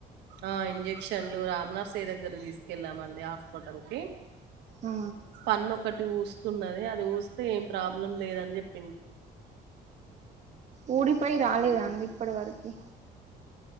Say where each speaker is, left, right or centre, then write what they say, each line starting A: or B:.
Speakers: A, on the right (about 85°); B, on the right (about 45°).
A: ఆ ఇంజె క్షన్లు రామనర్సియ దగ్గరకి తీసుకెళ్ళామండి హాస్పిటల్ కి
B: ఆ
A: పన్ను ఒకటి ఊస్తున్నది అది ఊస్తే ఏం ప్రాబ్లం లేదని చెప్
B: ఊడిపోయి రాలేదా అండి ఇప్పటి వరకి